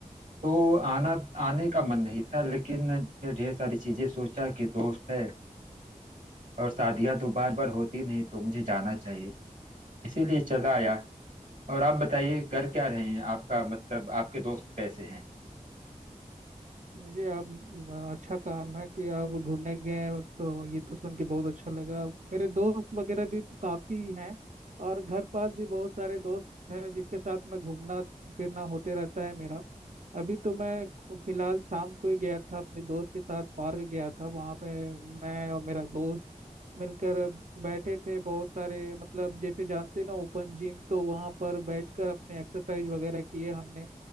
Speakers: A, on the right; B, on the right.
A: तो आना आने का मन नहीं था लेकिन फिर ढेर सारी चीजें सोचा कि दोस्त है और शादियां तो बार बार होती नहीं तो मुझे जाना चाहिए इसीलिए चला आया और आप बताइए कर क्या रहे हैं आपका मतलब आपके दोस्त कैसे हैं
B: जी आप अ, अच्छा काम है कि आप घूमने गए हैं, तो ये तो सुन के बहुत अच्छा लगा मेरे दोस्त वगैरह भी काफ़ी हैं और घर पास भी बहुत सारे दोस्त हैं जिसके साथ मैं घूमना फिरना होते रहता है मेरा अभी तो मैं को- फिलहाल शाम को ही गया था अपने दोस्त के साथ पार्क गया था वहाँ पे मैं और मेरा दोस्त मिलकर अब बैठे थे बहुत सारे मतलब जैसे जानते हैं ना ओपन जिम तो वहाँ पर बैठकर अपने एक्सरसाइज वगैरह किए हमने